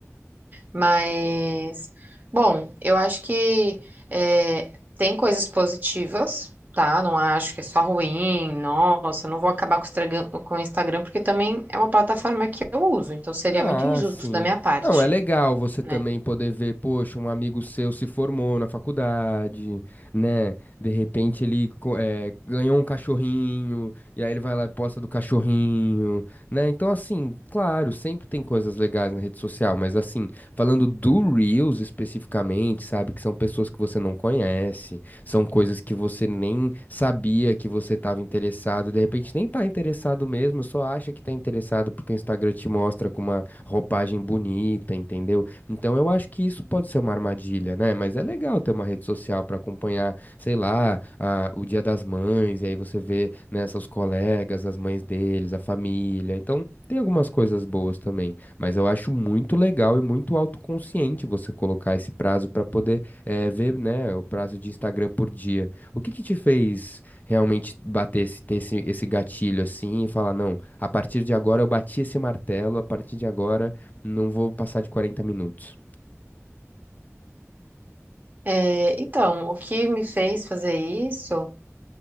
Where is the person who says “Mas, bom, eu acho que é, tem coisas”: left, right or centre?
Right